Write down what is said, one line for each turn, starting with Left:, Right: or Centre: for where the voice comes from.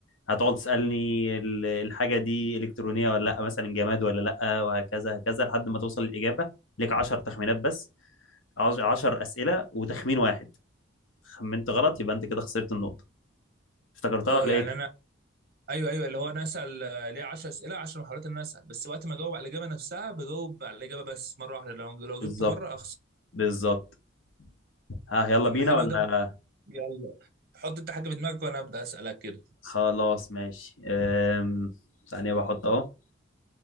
Left: هتقعد تسألني ال- الحاجة دي إلكترونية ولا لأ مثلا جماد ولا لأ وهكذا هكذا لحد ما توصل الإجابة ليك عشر تخمينات بس عش- عشر أسئلة وتخمين واحد خمنت غلط يبقى أنت كده خسرت النقطة افتكرتها
Right: اه
Left: ولا
Right: يعني
Left: إيه؟
Right: انا ايوه ايوه اللي هو انا اسال آه، ليه 10 اسئله 10 محاولات ان انا اسال بس وقت ما اجاوب على الاجابه نفسها بجاوب على الاجابه بس مره واحده لو لو
Left: بالظبط
Right: جبت مره اخسر
Left: بالظبط ها يلا
Right: طب
Left: بينا
Right: ما حلو
Left: ولا
Right: ده يلا حط انت حاجه في دماغك وانا ابدا اسالك كده
Left: خلاص ماشي أم... ثانية بحط أهو